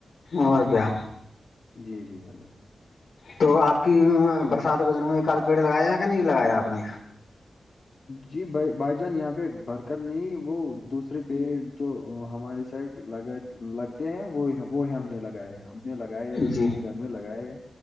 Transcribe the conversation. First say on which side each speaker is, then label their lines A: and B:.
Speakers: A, on the left; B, on the left.
A: اور کیا
B: جی جی بھیا
A: تو آپ کی برسات کے دن میں کد پیڑ لگایا کہ نہیں لگایا آپ نے
B: جی ب بھائی جان یہاں پہ برکت نہیں وہ دوسرے پیڑ جو ہمارے سائڈ لگا لگتے ہیں وہ وہ ہم نے لگائے ہم نے لگائے خود
A: جی
B: کے گھر میں لگائے